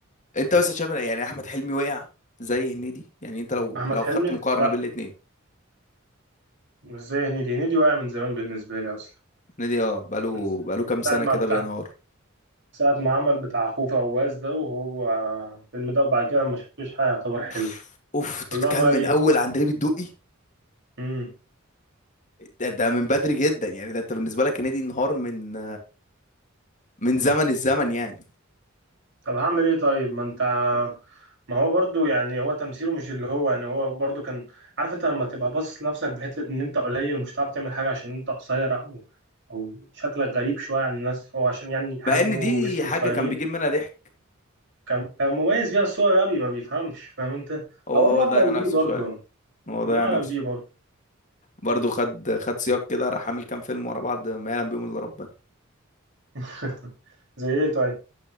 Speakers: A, on the left; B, on the right.
A: انت بس شايف يعني احمد حلمي وقع زي هنيدي يعني انت لو
B: أحمد
A: لو
B: حلمي؟
A: خدت مقارنه
B: لأ
A: بين الاتنين
B: مش زي هنيدي هنيدي واقع من زمان بالنسبة لي أصلا
A: هنيدي اه بقاله
B: من
A: بقاله كام سنه
B: ساعة ما
A: كده
B: بتاع
A: بينهار
B: ساعة ما عمل بتاع خوف عواز ده وهو الفيلم ده وبعد كده ما شفتلوش حاجة يعتبر حلو
A: اوف اوف انت
B: كلها
A: بتتكلم
B: بقى
A: من
B: إيه
A: اول عندليب الدقي
B: مم.
A: ده, ده من بدري جدا يعني ده انت بالنسبه لك هنيدي انهار من من زمن الزمن يعني
B: طب هعمل إيه طيب ما أنت ما هو برضو يعني هو تمثيله مش اللي هو يعني هو برضو كان عارف أنت لما تبقى باصص لنفسك بحتة إن أنت قليل ومش هتعرف تعمل حاجة عشان أنت قصير أو أو شكلك غريب شوية عن الناس هو عشان يعني حجمه
A: مع ان دي
B: وجسمه
A: حاجه
B: صغيرين
A: كان بيجيب منها ضحك
B: كان كان مميز بيها بس هو غبي ما بيفهمش فاهم أنت
A: هو
B: او
A: هو
B: الله اعلم
A: ضيع نفسه
B: بيه برضه
A: شويه هو
B: الله
A: ضيع
B: اعلم
A: نفسه
B: بيه برضه
A: برضه خد خد سياق كده راح عامل كام فيلم ورا بعض ما يعلم بيهم الا ربنا
B: <laughs> زي ايه طيب